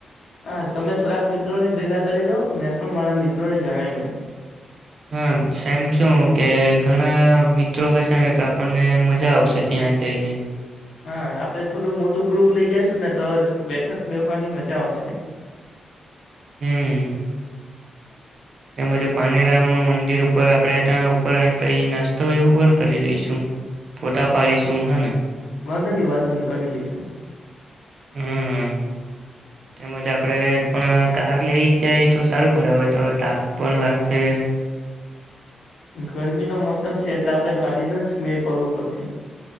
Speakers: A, on the left; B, on the right.
A: હા તમે થોડાક મિત્રોને ભેગા કરી દો મેં પણ મારા મિત્રોને જણાઈ લઉં.
B: હા સેમ શું કે ઘણા મિત્રો હશે ને તો આપણને મજા આવશે ત્યાં જઈને.
A: હા આપડે થોડું મોટું ગ્રુપ લઇ જાશું ને તો જ બેઠક બેહવાની મજા આવશે.
B: હમ તેમજ પાનેરામ મંદિર ઉપર આપણે ત્યાં ઉપર કઈ નાસ્તો એવું પણ કરી લઈશું ફોટા પાડીશું હાને
A: વાંધો નહી વાંધો નહી કરી લઈશું
B: હમ તેમજ આપડે પણ કાર લઈ જાય તો સારું પડે હવે તો તાપ પણ લાગશે
A: ગરમીનો મોસમ છે એટલે આપડે ગાડીનો જ મેળ પડવો પડશે